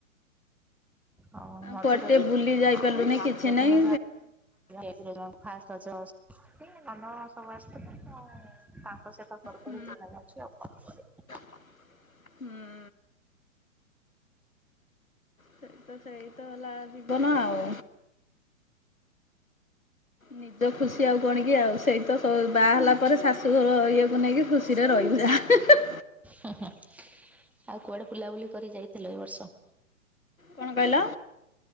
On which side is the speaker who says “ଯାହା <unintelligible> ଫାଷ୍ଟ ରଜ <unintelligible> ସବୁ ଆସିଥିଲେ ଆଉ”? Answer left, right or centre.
Centre